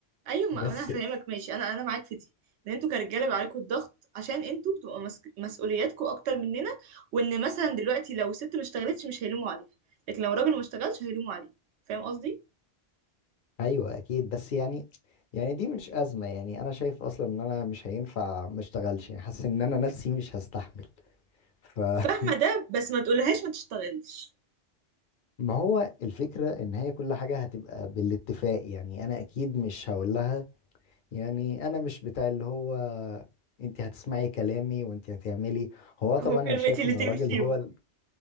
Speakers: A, on the right (about 90°); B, on the left (about 55°).
A: ايوه ما
B: بس
A: انا هفهمك ماشي انا انا معاك في دي ان انتوا كرجاله بيبقى عليكم الضغط عشان انتوا بتبقوا مسك... مسؤولياتكم اكتر مننا وان مثلا دلوقتي لو ست ما اشتغلتش مش هيلوموا عليها لكن لو راجل ما اشتغلش هيلوموا عليه فاهم قصدي
B: ايوه اكيد بس يعني يعني دي مش أزمة يعني انا شايف اصلا ان انا مش هينفع ما اشتغلش يعني حاسس ان انا نفسي مش هستحمل ف
A: فاهمه
B: <laughs>
A: ده بس ما تقولهاش ما تشتغليش
B: ما هو الفكرة ان هي كل حاجة هتبقى بالاتفاق يعني انا اكيد مش هقول لها يعني انا مش بتاع اللي هو انت هتسمعي كلامي وانت هتعملي هو طبعا
A: هو كلمتي
B: انا شايف
A: اللي
B: ان
A: تمشي
B: الراجل هو
A: و...
B: ال...